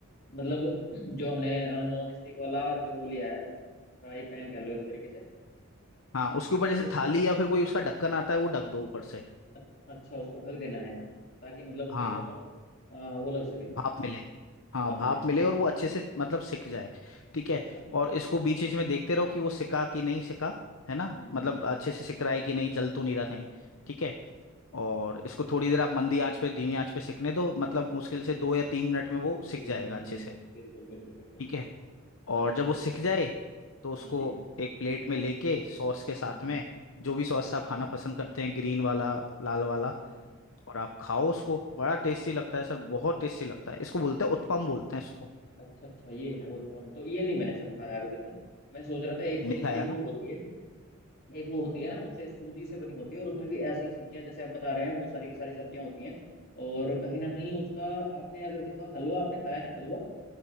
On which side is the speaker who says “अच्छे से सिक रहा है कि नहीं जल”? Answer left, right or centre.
Left